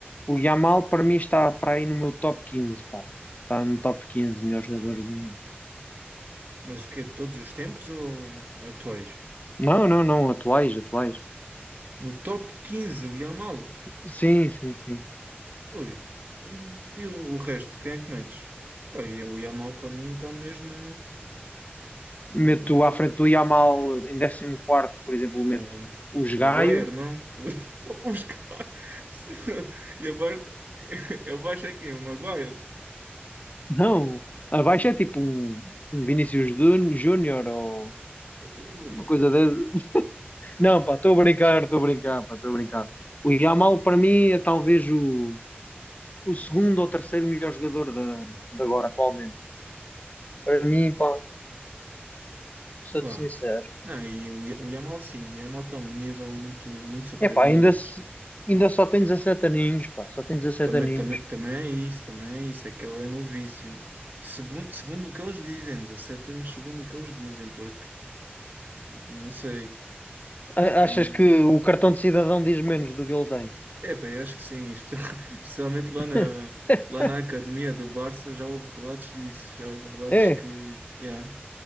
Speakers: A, on the left (about 40°); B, on the right (about 50°).
A: O Yamal, para mim, está para aí no meu top 15, pá. Está no top 15 melhores jogadores do mundo.
B: Mas o quê? De todos os tempos ou atuais?
A: Não, não, não, atuais, atuais.
B: No top 15 o Yamal.
A: Sim, sim, sim.
B: Ui, então, e o o resto, quem é que metes? Pá, e o Yamal para mim está mesmo no
A: meto
B: top.
A: à frente do Yamal em décimo quarto, por exemplo, meto
B: Um, um
A: o Gaio.
B: um Maguire, não? <laughs> Uns caras. <laughs> E abaixo, <laughs> abaixo é quem? O Maguire?
A: Não, abaixo é tipo um, um Vinícius Dun- Júnior ou
B: Ui,
A: uma coisa dessa. Não, pá, estou a brincar, estou a brincar, pá, estou a brincar. O Yamal para mim é talvez o, o segundo ou terceiro melhor jogador da, de agora, atualmente. Para mim, pá, sou-te
B: pá.
A: sincero.
B: Não, e o, Ya- o Yamal sim, o Yamal está a um nível muito, muito superior
A: É pá, ainda,
B: aos outros.
A: se- ainda só tem 17 aninhos, pá, só tem 17
B: Também,
A: aninhos.
B: também, também é isso, também é isso, é que ele é novíssimo. Segundo, segundo o que eles dizem, 17 anos, segundo o que eles dizem, porque não sei,
A: A-
B: aí,
A: Achas que o cartão de cidadão diz menos do que ele tem?
B: epá, eu acho que sim, espe- <laughs> especialmente lá
A: <laughs>
B: na, lá na academia do Barça já houve relatos disso, já houve relatos
A: É.
B: que, yeah,